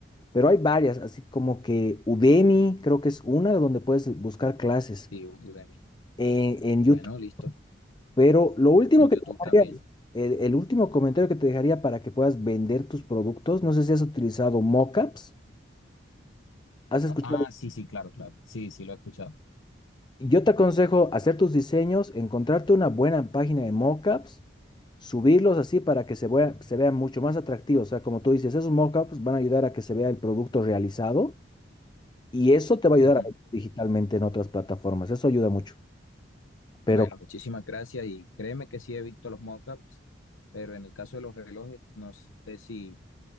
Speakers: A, on the left; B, on the left.
A: Pero hay varias, así como que Udemy, creo que es una donde puedes buscar clases.
B: Sí, Udemy.
A: en, en YouTube.
B: Bueno, listo.
A: Pero lo último
B: En
A: que
B: YouTube
A: te
B: también.
A: dejaría, el, el último comentario que te dejaría para que puedas vender tus productos, no sé si has utilizado mockups, has escuchado.
B: Ah, sí, sí, claro, claro. Sí, sí, lo he escuchado.
A: Yo te aconsejo hacer tus diseños, encontrarte una buena página de mockups, subirlos así para que se vea, se vea mucho más atractivo. O sea, como tú dices, esos mockups van a ayudar a que se vea el producto realizado y eso te va a ayudar
B: Ujú.
A: a vender digitalmente en otras plataformas. Eso ayuda mucho. Pero
B: Bueno, muchísimas gracias y créeme que sí he visto los mockups, pero en el caso de los relojes no sé si,